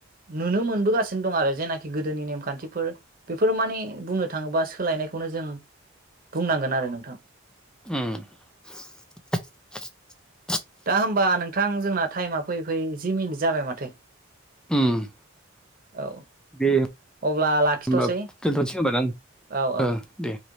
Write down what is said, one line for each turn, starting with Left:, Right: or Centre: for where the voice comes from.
Right: नुनो मोनबोगासिनो दं आरो जेनाखि गोदोनि नेमखान्थिफोर बेफोरो माने बुंनो थाङोबा सोलायनायखौनो जों बुंनांगोन आरो नोंथां
Centre: ओम <unintelligible>
Right: दा होमबा नोंथां जोंना टाइमा फैयै फै जि मिनिट जाबाय माथो
Centre: ओम
Right: औ
Centre: दे होमबा
Right: अब्ला लाखिथ'सै
Centre: दोनथ'सै होमबा
Right: औ औ
Centre: ओ दे